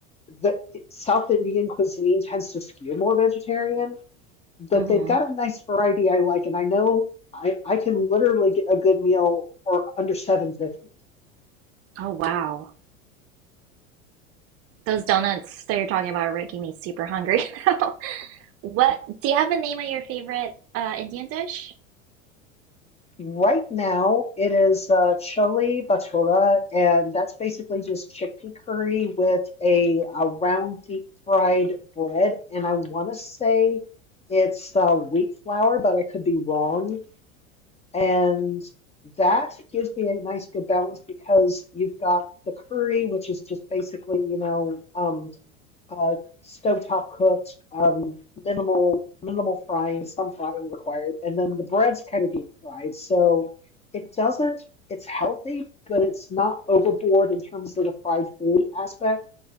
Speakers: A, on the left; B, on the right.
A: the South Indian cuisine tends to skew more vegetarian but
B: Mm-hmm.
A: they've got a nice variety I like, and I know I, I can literally get a good meal for under seven fifty. <laughs>
B: Oh wow. Those donuts that you're talking about are making me super hungry <laughs> now. What do you have a name of your favorite uh Indian dish?
A: Right now, it is uh, chole bhatura, and that's basically just chickpea curry with a, a round deep fried bread. And I want to say it's uh, wheat flour, but I could be wrong. And that gives me a nice good balance because you've got the curry, which is just basically, you know, um. uh, stovetop cooked, um, minimal minimal frying, some frying required, and then the bread's kind of deep fried, so it doesn't. It's healthy, but it's not overboard in terms of the fried food aspect.